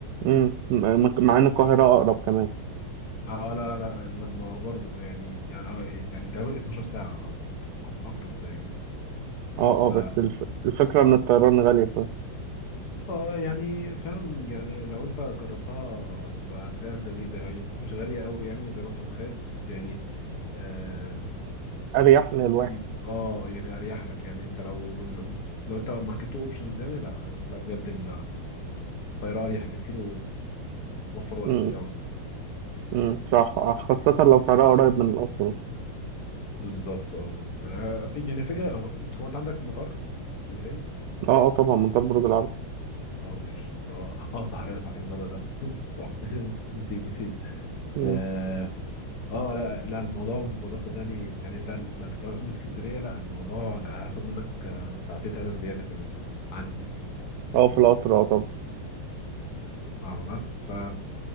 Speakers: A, on the right (about 85°); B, on the left (about 50°).
A: امم مع ان القاهرة اقرب كمان
B: اه لا لا لا لا ما هو برضه يعني يعني آه، يعني تقريبا 12 ساعه قطر اكتر تقريبا
A: اه
B: ف
A: اه بس الف... الفكرة ان الطيران غالية
B: اه يعني فاهم يعني لو انت جربتها تبقى هتلاقيها لذيذة هي مش غالية قوي يعني زي ما انت متخيل بس يعني آه
A: فاريح للواحد
B: لذيذة اه يعني اريح لك يعني انت لو لو انت معاك التو اوبشنز يعني لا لا بجد الطيارة اريح بكتير ووفر وقت
A: امم
B: كتير قوي
A: امم صح آه، خاصة لو سعرها قريب من القطر
B: بالظبط اه آه، يعني فكرة هو هو انت عندك مطار في اسكندرية
A: اه اه طبعا منطقة برج العرب
B: اه مش اه اه صح ايه صح انا بقى ده <laughs> صح <laughs> نسيت نسيت
A: مم.
B: آه، اه لا لا الموضوع الموضوع صدقني يعني انت ده انت كمان من اسكندريه لا الموضوع ده هياخد منك آه، ساعتين ثلاثه زياده كمان عني
A: اه في القطر اه طبعا
B: اه بس ف